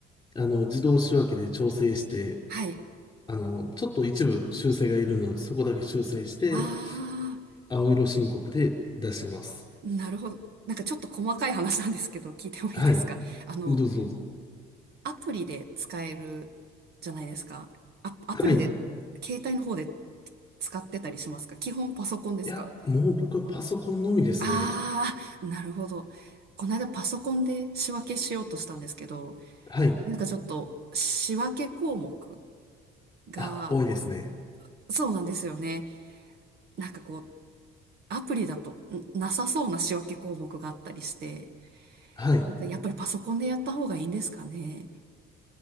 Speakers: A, on the left; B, on the right.
A: あの、自動仕分けで調整して、
B: はい。
A: あの、ちょっと一部修正がいるので、そこだけ修正して、
B: あ
A: 青色申告で出してます。
B: ー、なるほど。なんかちょっと細かい話なんですけど、聞いてもいいですかあの、
A: はい。どうぞどうぞ。
B: アプリで使えるじゃないですか。ア、アプリで、
A: はい。
B: 携帯の方で使ってたりしますか基本パソコンですか
A: いや、もう僕はパソコンのみですね。
B: ああなるほど。この間パソコンで仕分けしようとしたんですけど、
A: はい。
B: なんかちょっと仕分け項目が、
A: あ、多いですね。
B: そうなんですよね。なんかこう、アプリだとんなさそうな仕分け項目があったりして、
A: はい。
B: やっぱりパソコンでやった方がいいんですかね。